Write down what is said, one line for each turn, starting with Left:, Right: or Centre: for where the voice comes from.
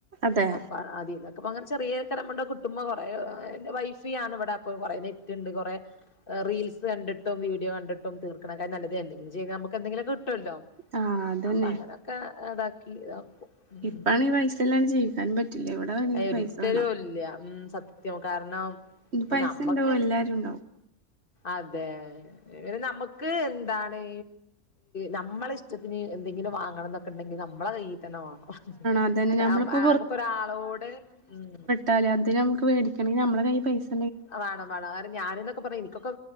Right: അതെ
Left: അപ്പ അതീന്നൊക്കെ ഇപ്പ അങ്ങനെ ചെറിയ ഒക്കെ ഒരു എമൗണ്ട് ഒക്കെ കുട്ടുമ്പ കൊറേ വൈഫി ആണ് ഇവിടെ അപ്പ കുറ നേ ണ്ട് കുറേ റീൽസ് കണ്ടിട്ടും വീഡിയോ കണ്ടിട്ടും തീർക്കണെക്കായി നല്ലത് എന്തെങ്കിലും ചെയ്യ്ത് നമുക്ക്. എന്തെങ്കിലൊക്കെ കിട്ടുല്ലോ
Right: ആഹ് അതന്നെ
Left: അപ്പൊ അങ്ങനെയൊക്കെ ഇതാക്കി. ഉം
Right: ഇപ്പാണെങ്കി പൈസ ഇല്ലാണ്ട് ജീവിക്കാനും പറ്റില്ല എവിടെ വേണെങ്കിലും
Left: അയി ഒരിക്കലും
Right: പൈസ വേണം
Left: ഇല്ല ഉം സത്യം സത്യം കാരണം
Right: ഇനി
Left: ഇപ്പൊ
Right: പൈസ
Left: നമ്മക്ക്.
Right: ഉണ്ടാവും എല്ലാരും ഉണ്ടാവും
Left: അതെ നമുക്ക് എന്താണ്. നമ്മളെ ഇഷ്ടത്തിന് എന്തെങ്കിലും വാങ്ങണം ഇന്നൊക്കെണ്ടെങ്കിൽ നമ്മളെ കയ്യിൽ തന്നെ വേണം.
Right: അതന്നെ നമ്മളിപ്പോ
Left: നമുക്കൊരാളോട് ഉം.
Right: കല്യാണത്തിന് നമുക്ക് വേടിക്കെണെങ്കിൽ നമ്മളെ കയ്യിൽ പൈസ കിട്ടാ.
Left: ആ വാണം വാണം ഞാനിന്നൊക്കെ പറഞ്ഞ ഇനിക്കൊക്കെ